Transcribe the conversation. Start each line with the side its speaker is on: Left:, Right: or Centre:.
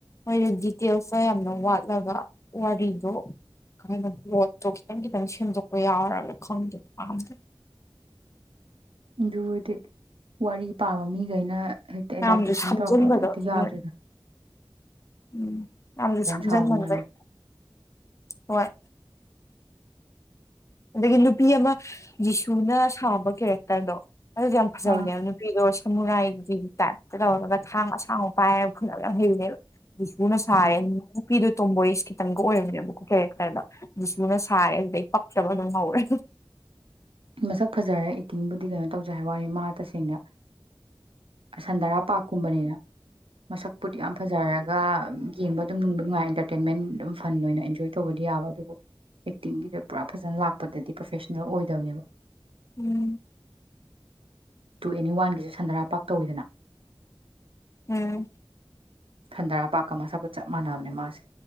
Left: ꯃꯣꯏꯗ ꯗꯤꯇꯦꯜꯁꯇ ꯌꯥꯝꯅ ꯋꯥꯠꯂꯕ ꯋꯥꯔꯤꯗꯣ ꯀꯅꯣ ꯔꯣꯠꯇꯣ ꯈꯤꯇꯪ ꯈꯤꯇꯪ ꯁꯦꯝꯗꯣꯛꯄ ꯌꯥꯎꯔꯒ ꯈꯪꯗ ꯄꯥꯝꯇ
Right: ꯑꯗꯨꯗꯤ ꯋꯥꯔꯤ ꯄꯥꯕ ꯃꯤꯈꯩꯅ ꯍꯦꯛꯇ ꯑꯦꯗꯥꯞꯇꯦꯁꯟ
Left: ꯃꯌꯥꯝꯁꯨ ꯁꯝꯖꯤꯟꯕꯗꯣ
Right: ꯇꯧꯔꯛꯄꯗꯣ ꯍꯦꯛꯇ
Left: ꯑꯗꯨ
Right: ꯌꯥꯗꯣꯏꯗꯥ
Left: ꯎꯝ ꯌꯥꯝꯁꯨ ꯁꯥꯟꯖꯪ
Right: ꯁꯥꯎꯔꯤ
Left: ꯃꯟꯕꯩ
Right: ꯌꯥꯝꯅ
Left: ꯍꯣꯏ ꯑꯗꯒꯤ ꯅꯨꯄꯤ ꯑꯃ ꯖꯤꯁꯨꯅ ꯁꯥꯕ ꯀꯦꯔꯦꯛꯇꯔꯗꯣ ꯑꯗꯨ ꯌꯥꯝ ꯐꯖꯕꯅꯦꯕ
Right: ꯑꯥ
Left: ꯅꯨꯄꯤꯗꯣ ꯁꯃꯨꯔꯥꯏꯒꯤ ꯇꯥꯏꯞꯇ ꯂꯧꯔꯒ ꯊꯥꯡ ꯑꯁꯥꯡꯕ ꯄꯥꯏꯔꯒ ꯐꯨꯜꯅꯕ ꯌꯥꯝ ꯍꯩꯅꯦꯕ ꯁꯨꯅ ꯁꯥꯏꯔꯦ
Right: ꯎꯝ
Left: ꯅꯨꯄꯤꯗꯣ ꯇꯣꯝꯕꯣꯏ ꯈꯤꯇꯪꯒ ꯑꯣꯏꯔꯝꯅꯦꯕꯀꯣ ꯀꯩ ꯈꯔꯗ ꯑꯗꯨꯁꯨꯨꯅ ꯁꯥꯔꯦ ꯑꯗꯨꯗꯩ ꯇꯕ ꯑꯗꯨꯝ ꯍꯧꯔꯦ
Right: ꯃꯁꯛ ꯐꯖꯔꯦ ꯑꯦꯛꯇꯤꯡꯕꯨꯗꯤ ꯀꯩꯅꯣ ꯇꯧꯖꯩ ꯍꯥꯏꯕ ꯋꯥꯅꯤ ꯃꯥ ꯇꯁꯦꯡꯅ ꯁꯟꯗꯔꯥ ꯄꯥꯔꯀꯨꯝꯕꯅꯤꯅ ꯃꯁꯛꯄꯨꯗꯤ ꯌꯥꯝ ꯐꯖꯔꯒ ꯌꯦꯡꯕ ꯑꯗꯨꯝ ꯕ ꯅꯨꯡꯉꯥꯏ ꯑꯦꯟꯇꯔꯇꯦꯟꯃꯦꯟ ꯑꯗꯨꯝ ꯐꯟ ꯑꯣꯏꯅ ꯑꯦꯟꯖꯣꯏ ꯇꯧꯕꯗꯤ ꯌꯥꯕ ꯑꯗꯨꯕꯨ ꯑꯦꯛꯇꯤꯡꯒꯤꯗ ꯄꯨꯔꯥ ꯐꯖꯅ ꯂꯥꯛꯄꯗꯗꯤ ꯄ꯭ꯔꯣꯐꯦꯁꯅꯦꯜ ꯑꯣꯏꯗꯕꯅꯦꯕ
Left: ꯎꯝ
Right: ꯇꯨ ꯑꯦꯅꯤ ꯋꯥꯟꯒꯤꯁꯨ ꯁꯟꯗꯔꯥ ꯄꯥꯛ ꯇꯧꯋꯤꯗꯅ
Left: ꯎꯝ
Right: ꯊꯟꯗꯔꯥ ꯄꯥꯛꯀ ꯃꯁꯥꯄ ꯆꯞ ꯃꯥꯟꯅꯕꯅꯦ ꯃꯥꯁꯦ